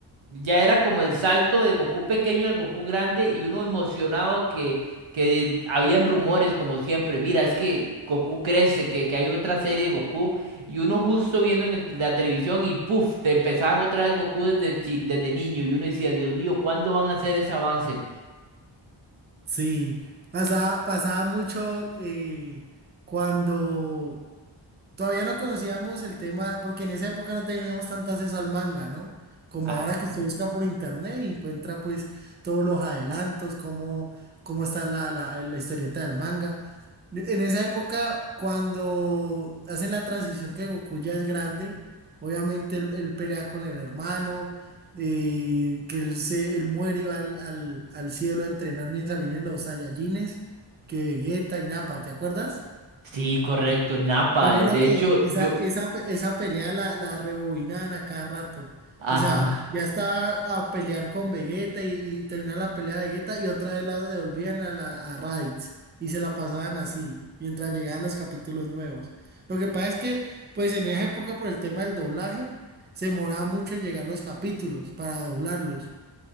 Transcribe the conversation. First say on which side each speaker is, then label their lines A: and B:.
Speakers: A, on the right (about 85°); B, on the right (about 20°).
A: ya era como el salto de Goku pequeño al Goku grande y uno emocionado que, que habían rumores como siempre. Mira, es que Goku crece, que, que hay otra serie de Goku y uno justo viendo en el- la televisión y puff, te empezaban otra vez Goku desde, chi- desde niño y uno decía, Dios mío, ¿cuándo van a hacer ese avance?
B: Sí, pasaba, pasaba mucho eh, cuando Todavía no conocíamos el tema, porque en esa época no teníamos tanto acceso al manga, ¿no? Como
A: Ajá.
B: ahora que se busca por internet y encuentra pues todos los adelantos, cómo, cómo está la, la, la historieta del manga. En esa época, cuando hacen la transición que Goku ya es grande, obviamente él, él pelea con el hermano, eh, que él, se, él muere y va al, al, al cielo a entrenar mientras vienen los Saiyajines, que Vegeta y Nappa, ¿te acuerdas?
A: Sí, correcto, Napa.
B: Yo
A: De
B: creo que
A: hecho,
B: esa,
A: yo,
B: esa, pe- esa pelea la, la rebobinaban a cada rato.
A: Ajá,
B: O sea, ya estaba a pelear con Vegeta y, y terminaba la pelea de Vegeta y otra vez la devolvían a, la, a Raditz y se la pasaban así mientras llegaban los capítulos nuevos. Lo que pasa es que, pues en esa época por el tema del doblaje, se demoraba mucho en llegar los capítulos para doblarlos.